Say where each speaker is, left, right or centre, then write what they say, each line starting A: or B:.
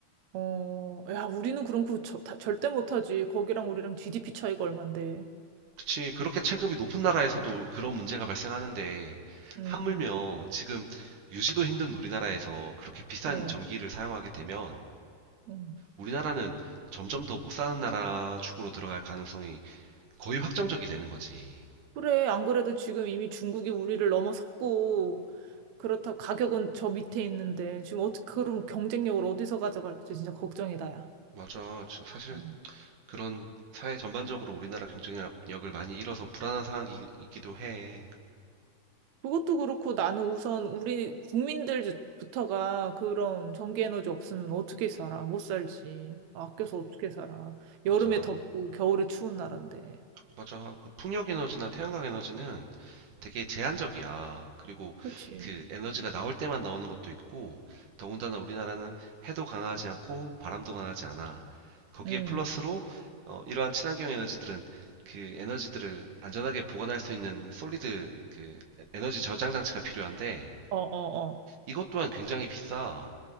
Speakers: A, on the right; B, on the right.
A: 어, 야, 우리는 그럼 그 저, 다, 절대 못하지. 거기랑 우리랑 GDP 차이가 얼만데.
B: 그치. 그렇게 체급이 높은 나라에서도 그런 문제가 발생하는데,
A: 음,
B: 하물며 지금 유지도 힘든 우리나라에서 그렇게 비싼
A: 어,
B: 전기를 사용하게 되면,
A: 음.
B: 우리나라는 점점 더 못 사는 나라 축으로 들어갈 가능성이 거의 확정적이 되는 거지.
A: 그래, 안 그래도 지금 이미 중국이 우리를 넘어섰고, 그렇다 가격은 저 밑에 있는데, 지금 어떻게, 그럼 경쟁력을 어디서 가져갈지 진짜 걱정이다, 야.
B: 맞아. 저- 사실
A: 어.
B: 그런 사회 전반적으로 우리나라 경쟁력을 많이 잃어서 불안한 상황이기도 해.
A: 그것도 그렇고 나는 우선 우리 국민들부터가 그런 전기에너지 없으면 어떻게 살아? 못 살지. 아껴서 어떻게 살아?
B: 맞아.
A: 여름에 덥고 겨울에 추운 나라인데.
B: 맞아. 그 풍력 에너지나 태양광 에너지는 되게 제한적이야. 그리고
A: 그치?
B: 그 에너지가 나올 때만 나오는 것도 있고, 더군다나 우리나라는 해도 강하지 않고 바람도 강하지 않아. 거기에
A: 응.
B: 플러스로 어, 이러한 친환경 에너지들은 그 에너지들을 안전하게 보관할 수 있는 솔리드 그 에- 에너지 저장 장치가 필요한데
A: 어, 어, 어.
B: 이것 또한 굉장히 비싸.